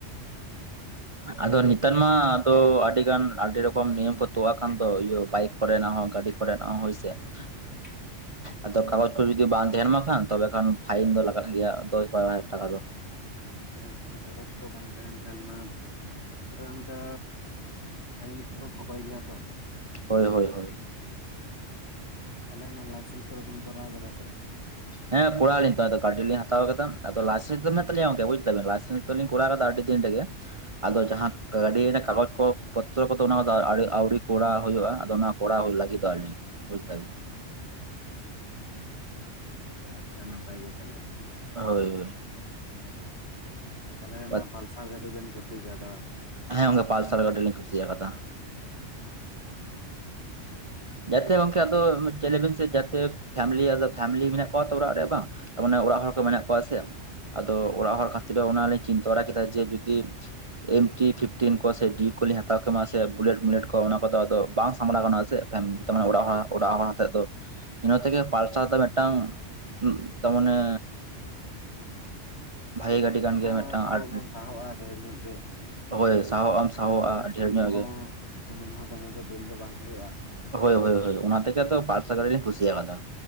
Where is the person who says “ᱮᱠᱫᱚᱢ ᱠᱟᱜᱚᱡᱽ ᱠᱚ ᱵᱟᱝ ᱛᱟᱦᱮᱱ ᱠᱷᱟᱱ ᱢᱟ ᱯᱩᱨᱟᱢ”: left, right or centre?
Left